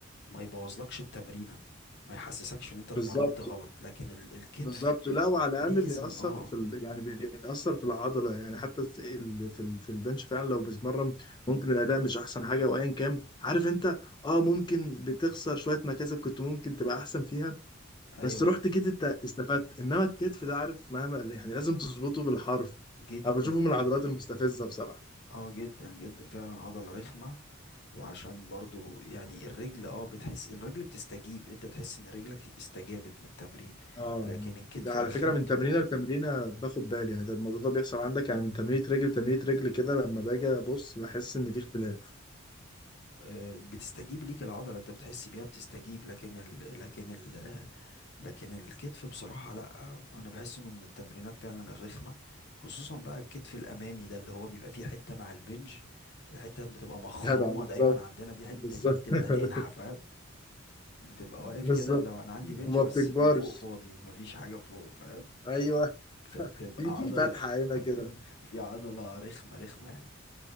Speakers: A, on the left; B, on the left.
A: ما يبوظلكش التمرينة ما يحسسكش ان انت
B: بالظبط
A: اتمرنت غلط لكن ال- الكتف
B: بالظبط لا وعلى
A: لازم
B: الاقل بيأثر
A: اه
B: في ال... يعني بيأثر في العضله يعني حتى الس- ال- في ال... في البنش فعلا لو بتتمرن ممكن الاداء مش احسن حاجه وايا كان عارف انت اه ممكن بتخسر شويه مكاسب كنت ممكن تبقى احسن فيها
A: ايوه
B: بس رحت جيت انت استفدت انما الكتف ده عارف مهما يعني لازم تظبطه بالحرف
A: جدا
B: انا بشوفه من العضلات المستفزه بصراحه
A: اه جدا جدا فعلا عضلة رخمة وعشان برضو يعني الرجل اه بتحس الرجل بتستجيب انت بتحس ان رجلك استجابت للتمرين
B: اه
A: لكن الكتف
B: ده على
A: رخمته
B: فكره من تمرينه لتمرينه باخد بالي يعني ده الموضوع ده بيحصل عندك يعني من تمرينه رجل لتمرينه رجل كده لما باجي ابص بحس
A: مم.
B: ان في اختلاف
A: آه، بتستجيب ليك العضلة انت بتحس بيها بتستجيب لكن ال... لكن ال... لكن الكتف بصراحة لا انا بحس انه من التمرينات فعلا الرخمة خصوصا بقى الكتف الامامي ده اللي هو بيبقى فيه حتة مع البنج الحتة بتبقى مخرومة
B: <laughs> جدع بالظبط
A: دايما عندنا دي الحتة
B: بالظبط
A: دي بتبقى
B: <laughs>
A: تنحف بتبقى واقف
B: بالظبط
A: كده لو انا عندي بنج
B: وما
A: بس
B: بتكبرش
A: من فوق فاضي مفيش حاجة فوق فاهم
B: ايوه
A: فبتبقى
B: <laughs> في في
A: عضلة
B: فتحه هنا
A: <laughs>
B: كده
A: في عضلة رخمة رخمة يعني